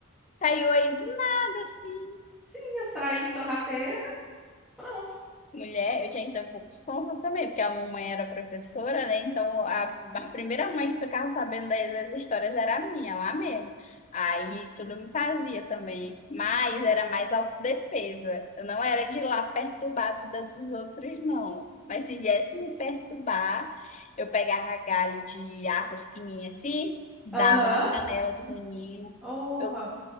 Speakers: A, on the left (about 35°); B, in the centre.
A: Caiu aí do nada, assim.
B: Sim, eu saí sorrateira, pronto.
A: Mulher, eu tinha que ser um pouco sonsa também, porque a mamãe era professora, né? Então, a,
B: Uhum.
A: a primeira mãe que ficava sabendo das, das histórias era a minha, lá mesmo. Aí, tudo me fazia também. Mas era mais autodefesa. Eu não era de ir lá perturbar a vida dos outros, não. Mas se viesse me perturbar, eu pegava galho de árvore fininha assim, dava
B: Aham.
A: na canela do menino.
B: Porra.
A: Eu